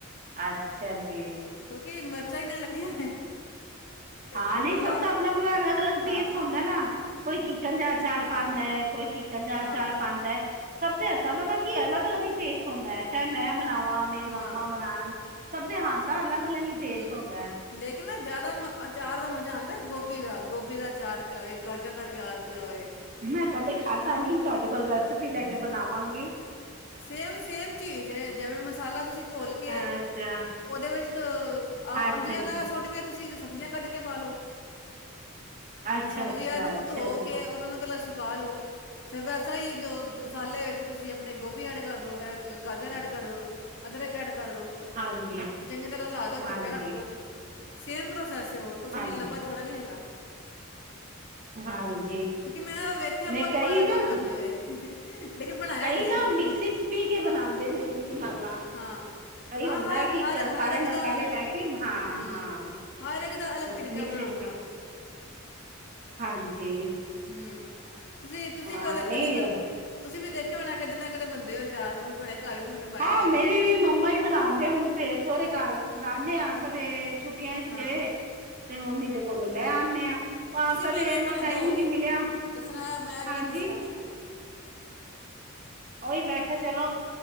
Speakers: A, on the right; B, on the left.
A: ਅੱਛਾ ਜੀ
B: ਕਿਉਂਕਿ ਮਿਰਚਾਂ ਇੰਨਾ ਲੱਗਦੀਆਂ
A: ਹਾਂ
B: ਤੇ
A: ਨੀ
B: ਬੰਦਾ
A: ਸਭ ਦਾ ਆਪਣਾ- ਆਪਣਾ ਅਲੱਗ- ਅਲੱਗ
B: ਹਾਂ
A: ਟੇਸਟ ਹੁੰਦਾ ਨਾ, ਕੋਈ ਕਿਕਨ ਜਾ ਚਾਰ
B: ਹਾਂ
A: ਪਾਂਦਾ ਏ, ਕੋਈ ਕਿਕਨ ਜਾ
B: ਹਾਂ
A: ਅਚਾਰ ਪਾਂਦਾ ਐ, ਸਭ ਦੇ ਹੱਥਾਂ ਦਾ ਨਾ ਕੀ ਅਲੱਗ -ਅਲੱਗ ਹੀ ਟੇਸਟ ਹੁੰਦਾ ਐ, ਚਾਹੇ ਮੈਂ ਬਣਾਵਾਂ ਮੇਰੀ
B: ਹਾਂ
A: ਮੰਮਾ ਬਣਾਉਣ, ਸਭ ਦੇ ਹੱਥ ਦਾ ਅਲੱਗ- ਅਲੱਗ ਹੀ ਟੇਸਟ
B: ਹਮ,
A: ਹੁੰਦਾ ਹੈ
B: ਲੇਕਿਨ ਜ਼ਿਆਦਾ ਅਚਾਰ ਦਾ ਮਜ਼ਾ ਆਂਦਾ ਗੋਭੀ ਦਾ ਗੋਭੀ ਦਾ ਅਚਾਰ ਪਾਏ ਗਾਜਰ ਦਾ ਪਿਆਰ ਪਿਆ ਹੋਏ
A: ਮੈਂ ਕਦੇ ਖਾਧਾ ਨੀ, ਤਾਡੇ ਕੋਲ ਰੈਸਪੀ ਲੈ ਕੇ ਬਣਾਵਾਂਗੀ
B: ਸੇਮ- ਸੇਮ ਚੀਜ਼ ਐ, ਜਿਵੇਂ ਮਸਾਲਾ ਤੁਸੀਂ ਘੋਲ ਕੇ,
A: ਅੱਛਾ
B: ਉਹਦੇ ਵਿੱਚ ਆਹ
A: ਅੱਛਾ
B: ਅੰਬੀਆਂ
A: ਜੀ
B: ਨਾਲ ਸੁੱਟ ਕੇ ਤੁਸੀਂ ਜੋ ਸਬਜ਼ੀਆਂ ਕੱਟ ਕੇ ਪਾ ਲਓ
A: ਅੱਛਾ
B: ਸਬਜ਼ੀਆਂ
A: ਅੱਛਾ
B: ਨੂੰ
A: ਅੱਛਾ
B: ਧੋ
A: ਜੀ
B: ਕੇ ਉਹਨਾ ਨੂੰ ਅਲੱਗ- ਅਲੱਗ ਸੁਕਾ ਲੋ ਫੇਰ ਵੈਸੇ ਹੀ, ਜੋ ਮਸਾਲੇ ਵਿੱਚ ਤੁਸੀਂ ਆਪਣੇ ਗੋਭੀ ਐਡ ਕਰ ਦੋ, ਐ ਗਾਜਰ ਐਡ ਕਰ ਦੋ, ਅਦਰਕ ਐਡ ਕਰ ਦੋ
A: ਹਾਂਜੀ
B: ਚੰਗੀ ਤਰ੍ਹਾਂ ਹਿਲਾ ਦਓ,
A: ਹਾਂਜੀ,
B: ਧੁੱਪੇ ਰੱਖਦੋ ਸੇਮ ਪ੍ਰੋਸੈਸ, ਹੋਰ ਕੁਛ
A: ਹਾਂਜੀ,
B: ਨੀ, ਲੰਬਾ ਚੌੜਾ ਨੀ ਹੈਗਾ
A: ਹਾਂਜੀ
B: ਕਿਉਂਕਿ ਮੈਂ ਵੇਖਿਆ
A: ਨਹੀਂ
B: ਬਹੁਤ
A: ਕਈ
B: ਬਾਰ ਏ
A: ਨਾ
B: ਬਨਦੇ ਹੋਏ। ਲੇਕਿਨ ਬਣਾਇਆ
A: ਕਈ
B: ਕਦੀ
A: ਨਾ
B: ਨੀ,
A: ਮਿਕਸੀ ਚ ਪੀ ਕੇ ਬਣਾਂਦੇ ਨੇ ਮਸਾਲਾ,
B: ਹਾਂ-ਹਾਂ-ਹਾਂ,
A: ਕਈ ਹੁੰਦਾ ਕਿ
B: ਹਰ-ਹਰ
A: ਸਾਰੇ
B: ਇੱਕ
A: ਮਸਾਲੇ
B: ਦਾ,
A: ਲੈ ਕੇ ਹਾਂ
B: ਹੂੰ।
A: ਹਾਂ
B: ਹਰ ਇੱਕ ਦਾ, ਅਲੱਗ
A: ਬਸ
B: ਤਰੀਕਾ
A: ਮਿਕਸੀ
B: ਬਣਾਨ
A: ਚ
B: ਦਾ,
A: ਪੀ ਹਾਂਜੀ,
B: ਹੂੰ, ਤੁਸੀਂ, ਤੁਸੀਂ
A: ਹਾਂ
B: ਕ
A: ਨਹੀਂ
B: ਕਦੀ ਮਨਪ ਤੁਸੀਂ ਵੀ ਦੇਖਿਆ ਹੋਣਾ ਕਿਤੇ ਨਾ ਕਿਤੇ ਬਣਦੇ ਹੋ ਆਚਾਰ ਨੂੰ, ਤੁਹਾਡੇ ਘਰ ਵੀ ਕਿਸੇ ਪਾਇਆ
A: ਹਾਂ,
B: ਹੋਏਗਾ
A: ਮੇਰੀ
B: ਅੱਜ ਤੱਕ
A: ਵੀ ਮੰਮਾ ਹੀ ਬਣਾ। ਤੇ ਹੁਣ ਬੇ ਸਹੁਰੇ ਘਰ, ਆਨੇ ਆ ਕਦੇ ਛੁੱਟੀਆਂ 'ਚ
B: ਹਾਂ
A: ਗਏ। ਤੇ ਮੰਮੀ ਦੇ ਕੋਲੋਂ ਲੈ ਆਂਦੇ ਆ। ਪਾ
B: ਤੁਸੀਂ
A: ਕਦੇ
B: ਵੀ ਐਵੇਂ
A: ਇਨਾ
B: ਬਣਾਉਂਦੇ
A: ਟਾਈਮ
B: ਹੋਗੇ
A: ਹੀ ਨਹੀਂ ਮਿਲਿਆ,
B: ਜਿਸ ਤਰ੍ਹਾਂ ਮੈਂ
A: ਹਾਂਜੀ।
B: ਕਿ ਦੱਸਿਆ ਵੇ
A: ਉਹੀ ਮੈਂ ਕਿਹਾ ਚਲੋ।